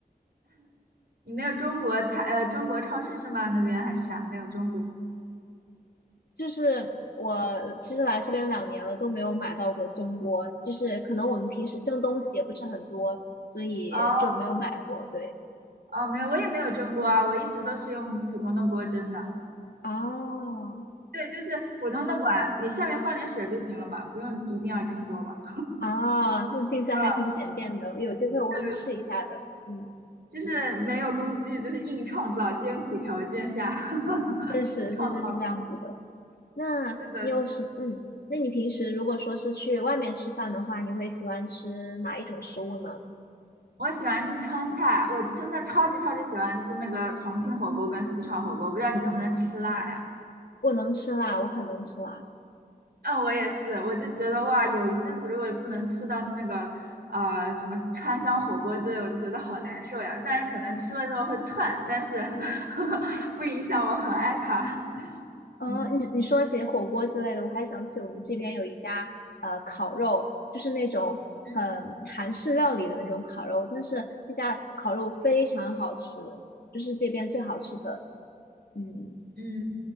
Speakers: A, on the right; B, on the left.
A: 你没有中国菜，呃，中国超市是吗？那边还是啥？没有中国。
B: 就是我其实来这边两年了都没有买到过蒸锅，就是可能我们平时蒸东西也不是很多，所以就没有买过。
A: 哦
B: 对，
A: 哦，没有，我也没有蒸锅啊，我一直都是用普通的锅蒸的。
B: 啊
A: 对，就是普通的碗，里下面放点水就行了嘛，不用一定要蒸锅吧？
B: 啊，那听起来还挺简便的，
A: 啊，
B: 有机会我会试一下的。
A: 对，
B: 嗯，
A: 就是没有工具，就是硬创造，艰苦条件下 <laughs>
B: 确实，
A: 创造
B: 确实是这样子的。那你有什嗯？
A: 是的，
B: 那你平时如果说是去外面吃饭的话，你会喜欢吃哪一种食物呢？
A: 我喜欢吃川菜，我真的超级超级喜欢吃那个重庆火锅跟四川火锅，不知道你能不能吃辣呀？
B: 我能吃辣，我很能吃辣。
A: 嗯，我也是，我就觉得哇，有一阵子如果不能吃到那个呃什么川香火锅之类，我就觉得好难受呀。虽然可能吃了之后会窜，但是 <laughs> 不影响我很爱它。
B: 哦，
A: 嗯
B: 你你说起火锅之类的，我还想起我们这边有一家呃烤肉，就是那种很韩式料理的那种烤肉，
A: 嗯
B: 但是那家烤肉非常好吃，就是这边最好吃的。嗯，
A: 嗯，